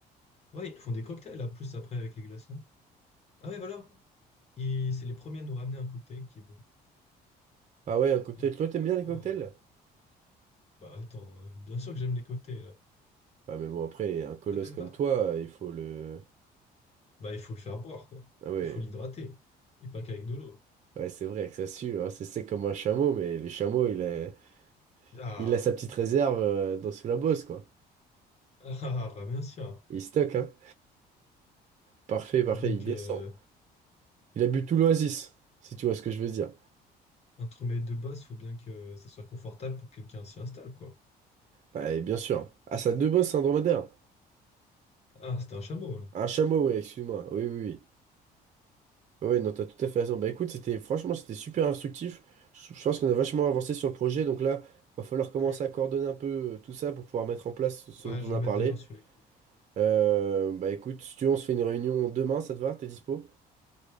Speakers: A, on the left; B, on the right.
A: ouais, ils font des cocktails, là, plus après avec les glaçons. Ah ouais, voilà. ils c'est les premiers à nous ramener un cocktail qui est bon.
B: Ah ouais, un cocktail.
A: Ils vont jusqu'au
B: Toi, t'aimes
A: carrefour
B: bien les cocktails?
A: et... ils reviennent. Bah attends, euh, bien sûr que j'aime les cocktails, là.
B: Ah, mais bon, après, un colosse
A: Toi, t'aimes
B: comme
A: pas?
B: toi, il faut le.
A: Bah, il faut le faire boire, quoi.
B: Ah ouais,
A: Il faut l'hydrater. Et pas qu'avec de l'eau.
B: ouais, c'est vrai que ça sue, hein, C'est sec comme un chameau, mais les chameaux, il a,
A: Ah,
B: il a sa petite réserve euh, dans sous la bosse, quoi.
A: <laughs> ah, ah, bah bien sûr.
B: Il stocke, hein. Parfait,
A: Faut
B: parfait,
A: bien que,
B: il descend. Il a bu tout l'oasis, si tu vois ce que je veux dire.
A: Un sommeil de base, faut bien que ça soit confortable pour que quelqu'un s'y installe, quoi.
B: Bah, et bien sûr. Ah, ça a deux bosses, un dromadaire.
A: Ah, c'était un chameau, là.
B: Un chameau, ouais, excuse-moi. Oui, oui, oui. Ouais, ouais, non, t'as tout à fait raison. Bah écoute, c'était franchement, c'était super instructif. Je je pense qu'on a vachement avancé sur le projet, donc là, va falloir commencer
A: Hmm.
B: à coordonner un peu euh, tout ça pour pouvoir mettre en place ce
A: Ouais,
B: dont
A: je
B: on a
A: vais mettre
B: parlé.
A: des gens sur les coups.
B: Euh, bah écoute, si tu veux, on se fait une réunion demain, ça te va? T'es dispo?